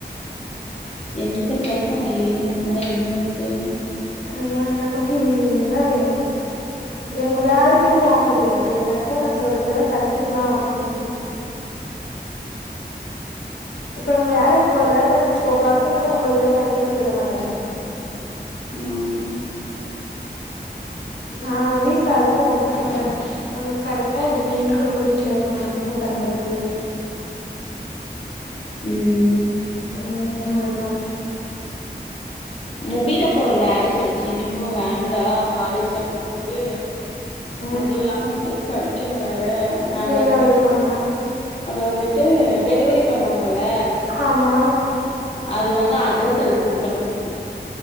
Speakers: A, on the left; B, on the left.
A: எந்த கிளாஸும் ஈவினிங்க் மேல என்ன இருக்கு
B: சையா நமக்கு ஈவினிங்தா வேணு எங்க வேலைக்கும் போக முடியாது அதா நா சொல்றத கத்துக்கலா அப்டின் இப்ப நம்ம வேலைக்கு போலன் நெனச்சுக்கோ பத்து மணி ஒன்பதோ மணி இல்லாம வீட்டுக்கு விட மாட்டாங்க
A: ஆமா
B: நா நம்ம வீட்ல அதுக்கு ஒத்துக்க மாட்டாங்க நம்ம கரெக்டா இந்த டைமுக்க நம்ம வீட்ல இருக்கோனும் நம்ம என்ன பண்றது
A: ம்
B: ம் அததா
A: முடிதாக் ஒரு வேலஸ் சொல்லுச்சு இம்மா வேண்டா காலேஜ் தொரக்கு போது
B: ஆ
A: அது இல்லாம அங்க போய் படிக் சின்னவ அ வேண்டான்
B: என்ன
A: சொல்லிருச்சு
B: இருக்காமா
A: அது வந்துட்டு டெலிவரி பண்ணுவா முல்ல
B: ஆமா
A: அது வந்து அத் <unintelligible> எடி கொடுக்கணுமா